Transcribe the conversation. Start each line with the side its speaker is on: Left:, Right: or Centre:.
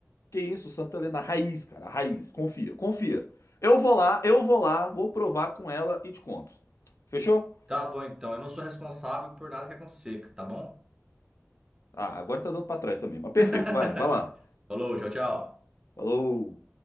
Left: Que isso, Santa Helena, raiz, cara, raiz. Confia, confia. Eu vou lá, eu vou lá, vou provar com ela e te conto. Fechou?
Right: Tá bom, então. Eu não sou responsável por nada que acontecer, tá bom?
Left: Ah, agora tá dando pra trás também, mas perfeito,
Right: <laughs>
Left: vai, vai lá.
Right: Falou, tchau, tchau.
Left: Falou.